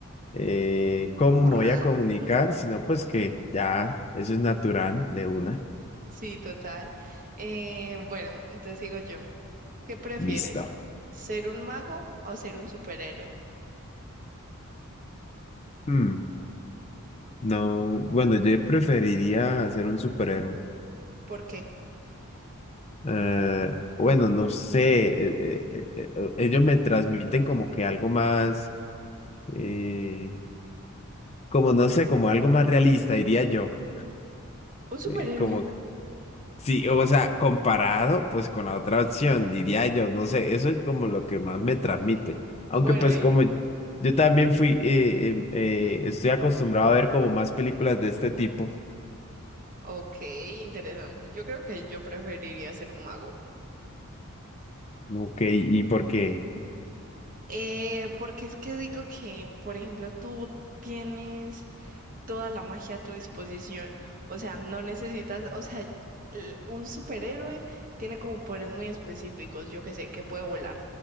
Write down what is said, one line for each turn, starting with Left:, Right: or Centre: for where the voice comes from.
Left: eh, ¿cómo
Right: por
Left: me voy
Right: nada.
Left: a comunicar?
Right: <laughs>
Left: Sino pues que ya, eso es natural de una.
Right: Sí, total. Eh, bueno, entonces digo yo, ¿qué prefieres?
Left: Listo.
Right: ¿Ser un mago o ser un superhéroe?
Left: Hmm, No, bueno, yo preferiría ser un superhéroe.
Right: ¿Por qué?
Left: Eh, bueno, no sé, eh, eh, eh, eh, eh, ellos me transmiten como que algo más, eh, como no sé, como algo más realista, diría yo.
Right: Un superhéroe.
Left: Eh, como Sí, o sea, comparado pues con la otra opción, diría yo, no sé, eso es como lo que más me transmite. Aunque
Right: Bueno,
Left: pues
Right: y,
Left: como yo también fui, eh, em, eh, estoy acostumbrado a ver como más películas de este tipo.
Right: ok, interesante. Yo creo que yo preferiría ser un mago.
Left: Ok, ¿y por qué?
Right: Eh, porque es que digo que, por ejemplo, tú tienes toda la magia a tu disposición. O sea, no necesitas, o sea, l- un superhéroe tiene como poderes muy específicos, yo que sé, que puede volar,